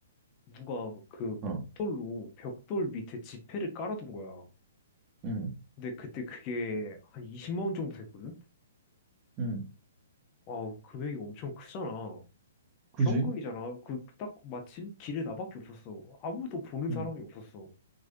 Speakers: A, on the left; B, on the right.
A: 누가 그
B: 어,
A: 벽돌로 벽돌 밑에 지폐를 깔아둔 거야.
B: 음,
A: 근데 그때 그게 한 20만 원 정도 됐거든?
B: 음.
A: 아, 금액이 엄청 크잖아.
B: 그지?
A: 현금이잖아. 그 딱 마침 길에 나밖에 없었어. 아무도 보는
B: 음,
A: 사람이 없었어.